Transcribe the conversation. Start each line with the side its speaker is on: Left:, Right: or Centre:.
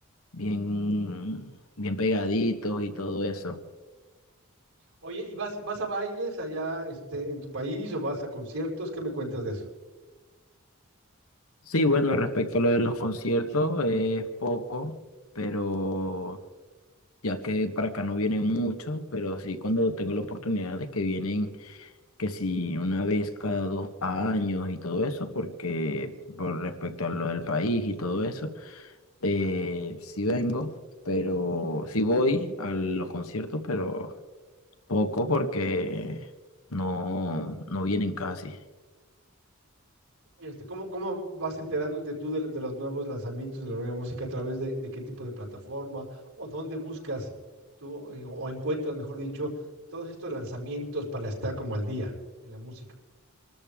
Left: bien, bien pegaditos y todo eso.
Right: Oye, ¿y vas, vas a bailes allá este, en tu país o vas a conciertos? ¿Qué me cuentas de eso?
Left: Sí, bueno, respecto a lo de los conciertos, eh, es poco, pero ya que para acá no vienen muchos, pero sí cuando tengo la oportunidad de que vienen, que si una vez cada dos años y todo eso, porque por respecto a lo del país y todo eso, eh,
Right: Claro.
Left: sí vengo, pero sí voy a los conciertos, pero poco porque no, no vienen casi.
Right: Este, ¿cómo, cómo vas enterándote tú de, de los nuevos lanzamientos, de la nueva música, a través de, de qué tipo de plataforma o dónde buscas tú eh, o encuentras, mejor dicho, todos estos lanzamientos para estar como al día en la música?